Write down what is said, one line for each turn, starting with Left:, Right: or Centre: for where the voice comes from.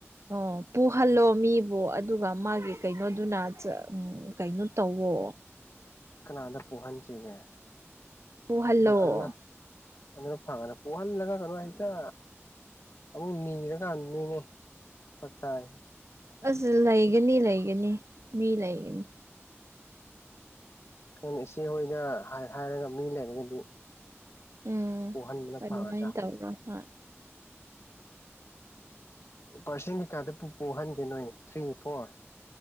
Right: ꯑꯣ ꯄꯨꯍꯜꯂꯣ ꯃꯤꯕꯨ ꯑꯗꯨꯒ ꯃꯥꯒꯤ ꯀꯩꯅꯣꯗꯨꯅ ꯆ ꯀꯩꯅꯣ ꯇꯧꯋꯣ
Left: ꯀꯅꯥꯗ ꯄꯨꯍꯟꯁꯤꯒꯦ
Right: ꯄꯨꯍꯜꯂꯣ
Left: ꯎꯟ ꯑꯔꯨꯅꯥ ꯑꯗꯨꯅ ꯐꯒꯗ꯭ꯔꯥ ꯄꯨꯍꯜꯂꯒ ꯒꯩꯅꯣ ꯍꯩꯇ ꯑꯃꯨꯛ ꯅꯤꯔꯀꯥꯟꯗꯅꯤꯅꯦ ꯐꯔꯛ ꯇꯥꯔꯤꯁꯦ
Right: ꯑꯁ ꯂꯩꯒꯅꯤ ꯂꯩꯒꯅꯤ ꯃꯤ ꯂꯩꯒꯅꯤ
Left: ꯈꯪꯗꯦ ꯏꯆꯦ ꯍꯣꯏꯅ ꯍꯥꯢ ꯍꯥꯏꯔꯒ ꯃꯤ ꯂꯩꯔꯒꯗꯤ
Right: ꯎꯝ
Left: ꯄꯨꯍꯟꯕꯅ
Right: ꯑꯗꯨꯃꯥꯏꯟ
Left: ꯐꯒꯗ꯭ꯔꯥ ꯈꯪꯗꯦ
Right: ꯇꯧꯔꯣ ꯍꯣꯏ
Left: ꯎ ꯄꯥꯔꯁꯦꯟ ꯀꯩꯀꯥꯗ ꯄꯨ ꯄꯨꯍꯟꯒꯦ ꯅꯣꯏ ꯊ꯭ꯔꯤ ꯐꯣꯔ